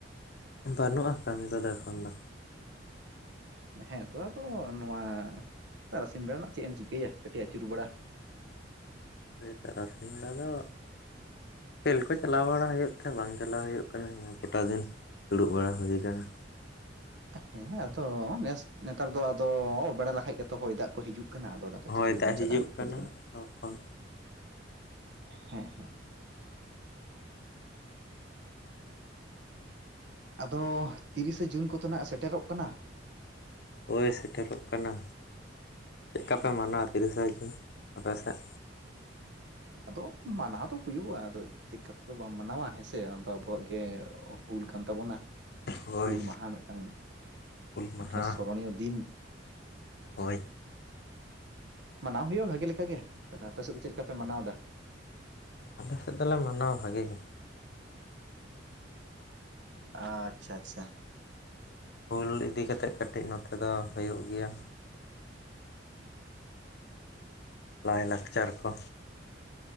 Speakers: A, on the left; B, on the right.
A: ᱵᱟᱹᱱᱩᱜᱼᱟ ᱠᱟᱹᱢᱤ ᱠᱚᱫᱚ ᱮᱠᱷᱚᱱ ᱫᱚ
B: ᱦᱮᱸᱛᱚ ᱟᱫᱚ ᱱᱚᱣᱟ ᱛᱟᱨᱟᱥᱤᱧ ᱵᱮᱲᱟ ᱨᱮᱱᱟᱜ ᱪᱮᱫ ᱮᱢ ᱪᱤᱠᱟᱹᱭᱟ ᱠᱟᱹᱴᱤᱡ ᱟᱹᱪᱩᱨ ᱵᱮᱲᱟ
A: ᱛᱟᱨᱟᱥᱤᱧ ᱵᱮᱲᱟ ᱫᱚ ᱠᱷᱮᱞ ᱠᱚ ᱪᱟᱞᱟᱣ ᱵᱟᱲᱟ ᱦᱩᱭᱩᱜ ᱛᱟᱦᱮᱸ ᱵᱟᱝ ᱪᱟᱞᱟᱣ ᱦᱩᱭᱩᱜ ᱠᱟᱱᱟ ᱱᱤᱭᱟᱹ ᱠᱚᱴᱟ ᱫᱤᱱ ᱫᱩᱲᱩᱵ ᱵᱟᱲᱟ ᱦᱩᱭ ᱠᱟᱱᱟ
B: ᱦᱮᱸ ᱟᱫᱚ ᱱᱮᱥ ᱱᱮᱛᱟᱨ ᱫᱚ ᱟᱫᱚ ᱚᱵᱮᱲᱟ ᱞᱮᱠᱷᱟᱡ ᱜᱮᱛᱚ ᱦᱚᱭ ᱫᱟᱜ ᱠᱚ ᱦᱤᱡᱩᱜ ᱠᱟᱱᱟ ᱟᱫᱚ ᱚᱱᱠᱟ
A: ᱦᱚᱭ
B: ᱪᱤᱠᱟᱹᱛᱮᱫᱚᱢ
A: ᱫᱟᱜ
B: ᱪᱟᱞᱟᱜᱼᱟ
A: ᱦᱤᱡᱩᱜ
B: ᱠᱷᱮᱞ
A: ᱠᱟᱱᱟ
B: ᱠᱚᱫᱚ
A: ᱛᱚᱠᱷᱚᱱ
B: ᱦᱮᱸ ᱦᱮᱸ ᱟᱫᱚ ᱛᱤᱨᱤᱥᱮ ᱡᱩᱱ ᱠᱚᱫᱚ ᱱᱟᱜ ᱥᱮᱴᱮᱨᱚᱜ ᱠᱟᱱᱟ
A: ᱦᱳᱭ
B: ᱛᱟᱦᱚᱞᱮ
A: ᱥᱮᱴᱮᱨᱚᱜ ᱠᱟᱱᱟ ᱪᱮᱫ
B: ᱦᱮᱸ
A: ᱞᱮᱠᱟᱯᱮ ᱢᱟᱱᱟᱣᱟ ᱛᱤᱨᱤᱥᱮ ᱡᱩᱱ ᱟᱯᱮ ᱥᱮᱫ
B: ᱟᱫᱚ ᱢᱟᱱᱟᱣ ᱫᱚ ᱦᱩᱭᱩᱜᱼᱟ ᱟᱫᱚ ᱪᱮᱫ ᱠᱟᱛᱮ ᱫᱚ ᱵᱟᱢ ᱢᱟᱱᱟᱣᱟ ᱦᱮᱸᱥᱮ ᱟᱫᱚ ᱟᱵᱚᱣᱟᱜ ᱜᱮ ᱦᱩᱞ ᱠᱟᱱ ᱛᱟᱵᱚᱱᱟ
A: ᱦᱳᱭ
B: ᱦᱩᱞ ᱢᱟᱦᱟ ᱢᱤᱫᱴᱟᱝ
A: ᱦᱩᱞ
B: ᱢᱤᱫᱴᱟᱝ
A: ᱢᱟᱦᱟ
B: ᱥᱚᱨᱚᱱᱤᱭ ᱫᱤᱱ
A: ᱦᱳᱭ
B: ᱢᱟᱱᱟᱣ ᱦᱩᱭᱩᱜᱼᱟ ᱵᱷᱟᱜᱮ ᱞᱮᱠᱟᱜᱮ ᱛᱟᱦᱚᱞᱮ ᱟᱯᱮ ᱥᱮᱫ ᱫᱚ ᱪᱮᱫ ᱞᱮᱠᱟ ᱯᱮ ᱢᱟᱱᱟᱣ ᱮᱫᱟ
A: ᱟᱞᱮ ᱥᱮᱫ ᱫᱚᱞᱮ ᱢᱟᱱᱟᱣᱟ ᱵᱷᱟᱜᱤ ᱜᱮ
B: ᱟᱪᱪᱷᱟ ᱟᱪᱪᱷᱟ
A: ᱦᱩᱞ ᱤᱫᱤ ᱠᱟᱛᱮᱜ ᱠᱟᱹᱴᱤᱡ ᱱᱚᱛᱮ ᱫᱚ ᱦᱩᱭᱩᱜ ᱜᱮᱭᱟ ᱞᱟᱭᱞᱟᱠᱪᱟᱨ ᱠᱚ